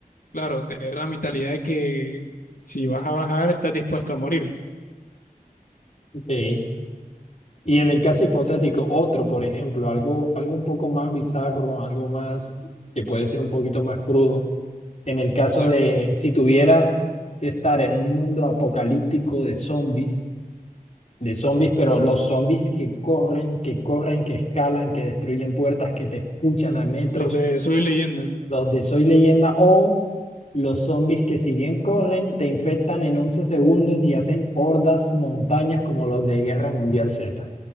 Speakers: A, on the left; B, on the left.
A: Claro, tener la mentalidad de que si vas a bajar, estás dispuesto a morir.
B: Ok. Y en el caso hipotético, otro, por ejemplo, algo, algo un poco más bizarro, algo más que puede ser
A: O
B: un poquito más crudo. En el caso
A: sea,
B: de si tuvieras que estar en un mundo apocalíptico de zombies, de zombies, pero los zombies que corren, que corren, que escalan, que destruyen puertas, que te escuchan a metros,
A: los de Soy Leyenda,
B: los de Soy Leyenda o los zombies que si bien corren, te infectan en 11 segundos y hacen hordas, montañas como los de Guerra Mundial Z.